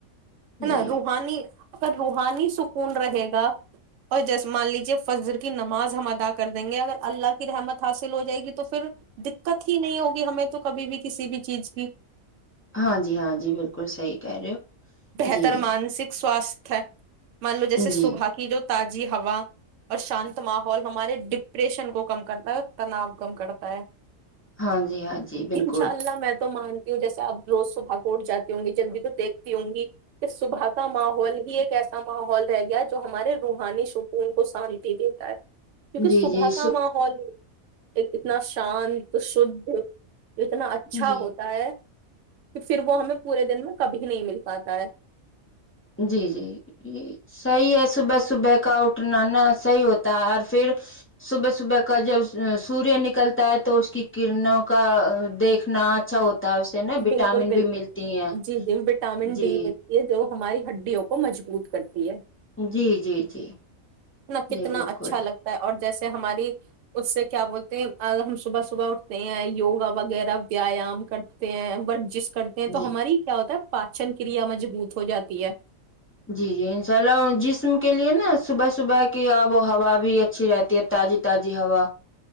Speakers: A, on the right; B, on the left.
A: ہے
B: جی
A: نا روحانی اگر روحانی سکون رہے گا اور جیسے مان لیجے فجر کی نماز ہم ادا کر دیں گے اگر اللہ کی رحمت حاصل ہو جائے گی تو پھر دقت ہی نہیں ہوگی ہمیں تو کبھی بھی کسی بھی چیز کی
B: ہاں جی ہاں جی بالکل صحی کہہ رہے ہو
A: بہتر
B: جی
A: مانسک سواستھ مان لو جیسے
B: جی
A: صبح کی جو تازی ہوا اور شانت ماحول ہمارے ڈپریشن کو کم کرتا ہے اور تناؤ کم کرتا ہے
B: ہاں جی ہاں جی بالکل
A: انشاء اللہ میں تو مانتی ہوں جیسے آپ روز صبح کو اٹھاتے ہوں گی جلدی تو دھ وں گی کہ صبح کا ماحول ہی ایک ایسا ماحول رہ گیا جو ہمارے روحانی سکون کو شانتی دیتا ہے کیونکہ
B: جی
A: صبح
B: جی
A: کا ماحول ہی ایک اتنا <unintelligible> شانت شھ اتنا اچھا
B: جی
A: ہوتا ہے پھر وہ ہمیں پورے دن میں کبھی نہیں مل پاتا ہے
B: جی جی صحیح ہے صبح صبح کا اٹھناا صحیح ہوتا ہے اور پھر صبح صبح کا جب سوریہ نکلتا ہے تو اس کی کرنوں کا دیکھنا اچھا ہوتا ہے اسے نا وٹامن
A: بالکل بالکل
B: بھی ملتی ہیں
A: جی جی وٹامن
B: جی
A: ڈی ملتی ہے جو ہماری ہڈیوں کو مجبوط کرتی <unintelligible>
B: جی جی جی
A: ن کتنا
B: جی بالکل
A: اچھا لگتا ہے اور جیسا ہماری اس سے کیا بولتے ہیں ہم صبح صبح اٹھتے ہیں یوگا وغیرہ ویایام کرتے ہیں بٹ جس کرتے ہیں
B: جی
A: تو ہماری ہی کیا ہوتا ہے پاچن کریا مضبوط ہو جاتی ہے
B: جی جی انشاء اللہ جسم کے لیئے نا صبح صبح کی آب و ہوا بھی اچھی رہتی ہے تازی تازی ہوا